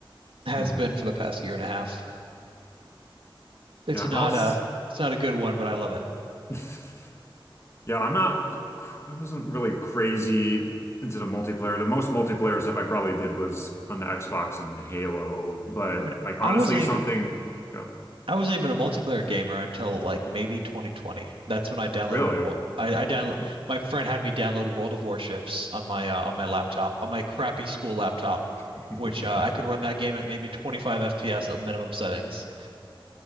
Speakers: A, on the right; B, on the left.
A: Has
B: Mm.
A: been for the past year and a half. It's
B: Yeah,
A: not
B: I'll s-
A: a it's not a good one, but I love it.
B: <laughs> Yeah, I'm not cr- cr- I wasn't really crazy into the multiplayer. The most multiplayer stuff I probably did was on the Xbox and Halo, but
A: I mean,
B: like honestly
A: I wasn't even.
B: something, yeah,
A: I wasn't even a multiplayer gamer until like maybe 2020. That's when I downloaded
B: really.
A: a world. I, I down
B: Oh.
A: my friend had me download World of Warships on my uh, on my laptop on my crappy school laptop,
B: <laughs>
A: which uh, I could run that game at maybe 25 FPS at minimum settings.